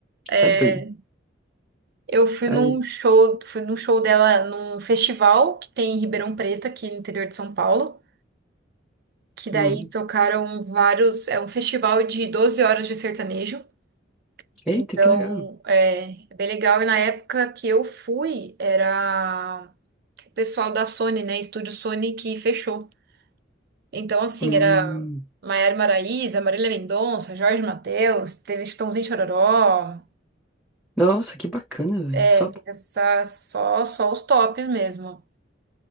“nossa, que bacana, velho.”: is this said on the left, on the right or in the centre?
Centre